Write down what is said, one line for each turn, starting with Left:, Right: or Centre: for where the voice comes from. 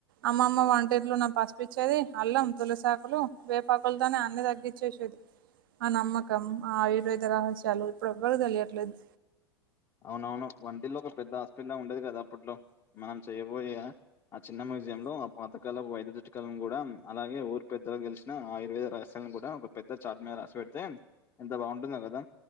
Right: అమ్మమ్మ వంటింట్లో ఉన్న పసుపిచ్చేది అల్లం తులిసాకులు వేపాకులతోనే అన్ని తగ్గచ్చేసేది ఆ నమ్మకం ఆ వేద రహస్యాలు ఇప్పుడు ఎవ్వరికి తెలియట్లేదు
Left: అవునవును వంటిల్లోక పెద్ద హాస్పిటల్లా ఉండేది కదా అప్పట్లో మనం చెయబోయ ఆ చిన్న మ్యూజియం లో ఆ పాతకాలపు వైద్యు లను కూడా అలాగే ఊరు పెద్దలకు గెలిసిన ఆయుర్వేద రసాలను కూడా ఒక పెద్ద చాట్మద రస పెట్టి తే ఎంత బాగుంటుందో కదా